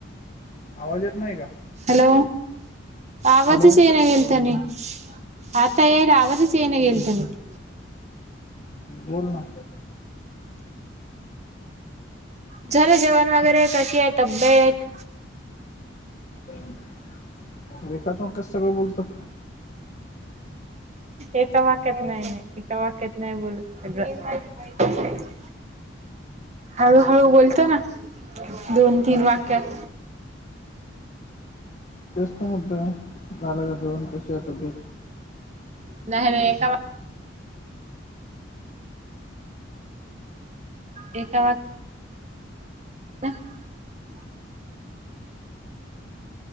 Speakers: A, on the left; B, on the right.
A: आवाज येत नाही का
B: हॅलो. आवाजच
A: हॅलो
B: येईना गेलता नीट आता येईला आवाजच येईना गेलता नीट
A: बोलना
B: झालं जेवण वगैरे कशी आहे तब्येत?
A: तीन. <unintelligible> एकाच वाक्यात सगळं बोलतो काय?
B: एका वाक्यात नाही नाही एका वाक्यात नाही बोलत सगळं हळूहळू बोलतो ना दोन तीन वाक्यात
A: तेस्त मोठं झाल का जीवन कशीतो बी
B: नाही रे एका वा एका वा <unintelligible>